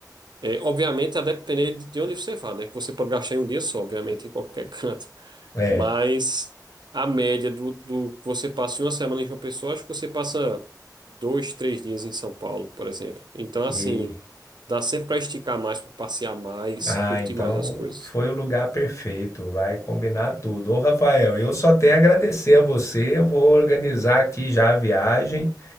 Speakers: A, on the right (about 85°); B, on the left (about 45°).
A: É, obviamente, a depender de onde você vá, né? Que você pode gastar em um dia só, obviamente, em qualquer <laughs> canto.
B: É,
A: Mas a média do, do que você passa em uma semana em João Pessoa, acho que você passa dois, três dias em São Paulo, por exemplo. Então,
B: e
A: assim, dá sempre para esticar mais, para passear mais,
B: Ah,
A: curtir
B: então
A: mais as coisas.
B: foi o lugar perfeito, vai combinar tudo. Ô, Rafael, eu só tenho a agradecer a você. Eu vou organizar aqui já a viagem